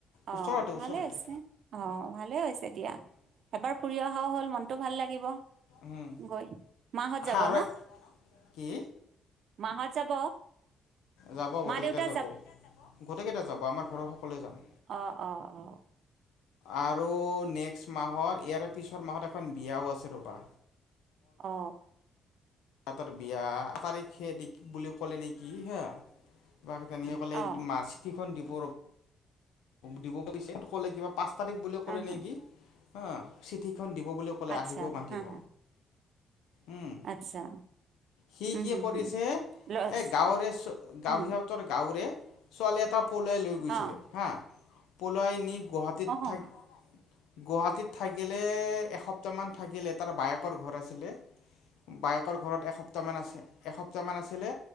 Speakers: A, on the right; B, on the left.
A: অ
B: ওচৰতে ওচৰতে
A: ভালে হৈছে অ ভালে হৈছে দিয়া। এবাৰ ফুৰি অহাও হ'ল মনটো ভাল লাগিব
B: উম,
A: গৈ মাঁ হত যাব
B: আৰু
A: ন?
B: কি?
A: মাঁ হত যাব?
B: যাব গোটেইকেইটাই
A: মা দেউতা
B: যাব গোটেই কেইটা যাব আমাৰ ঘৰৰ সকলোৱে যাম।
A: অ অ অ।
B: আৰু নেক্স মাহত ইয়াৰে পিছৰ মাহত এখন বিয়াও আছে ৰবা
A: অ-অ!
B: <unintelligible> তাহঁতৰ বিয়া তাৰিখে বুলি ক'লে নেকি হে বা তেনেকে ক'লে
A: অ
B: মা চিঠিখন দিব <unintelligible> দিব পাৰিছে ক'লে কিবা পাঁচ তাৰিখ বুলি
A: হা
B: ক'লে
A: হা
B: নেকি হা চিঠিত দিব বুলি ক'লে
A: আচ্ছা
B: আহিব, মাতিব।
A: হা হা
B: উম
A: আচ্ছা!
B: সি
A: উম
B: কি
A: হুম
B: কৰিছে
A: হুম
B: এ
A: লছ
B: গাঁৱৰে গাঁওৰে
A: উম
B: <unintelligible> সিহঁতৰ গাঁৱৰে ছোৱালী এটা পলোৱাই লৈ গৈছিলে
A: অ
B: হা? পলোৱাই নি গুৱাহাটীত থাক
A: অ
B: গুৱাহাটীত থাকিলে এসপ্তাহমান থাকিলে তাৰ বায়েকৰ ঘৰ আছিলে। বায়েকৰ ঘৰত এসপ্তাহমান আছে, এসপ্তাহমান আছিলে